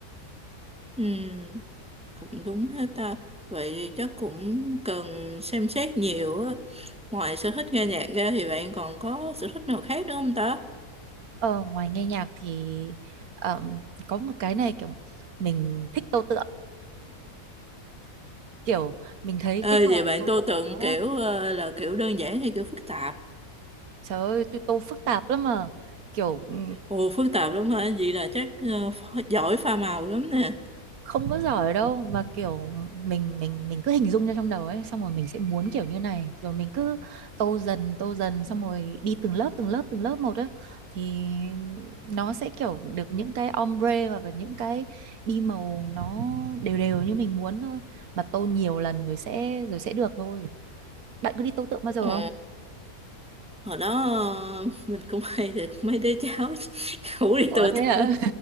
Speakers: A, in the centre; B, on the right (about 70°).
A: ừ, cũng đúng hết ta vậy chắc cũng cần xem xét nhiều á ngoài sở thích nghe nhạc ra thì bạn còn có sở thích nào khác nữa không ta
B: ờ, ngoài nghe nhạc thì ờm, có một cái này kiểu mình thích tô tượng kiểu mình thấy
A: Ê,
B: cái trò
A: vậy bạn
B: tô
A: tô
B: tượng
A: tượng
B: nó
A: kiểu ờ, là kiểu đơn giản hay kiểu phức tạp?
B: trời ơi tôi tô phức tạp lắm mà kiểu ừ,
A: Ồ, phức tạp lắm hả? Vậy là chắc ờ, ph- giỏi pha màu lắm nè.
B: không có giỏi đâu mà kiểu mình mình mình cứ hình dung ra trong đầu ấy xong rồi mình sẽ muốn kiểu như này rồi mình cứ tô dần tô dần xong rồi đi từng lớp từng lớp từng lớp một á thì nó sẽ kiểu được những cái ombre hoặc là những cái đi màu nó đều đều như mình muốn thôi mà tô nhiều lần rồi sẽ rồi sẽ được thôi bạn cứ đi tô tượng bao giờ
A: Ờ,
B: không
A: hồi đó ờ, <laughs> mình cũng hay được mấy đứa cháu <laughs> ngủ đi
B: Ủa
A: tô tượng.
B: thế hả?
A: <laughs>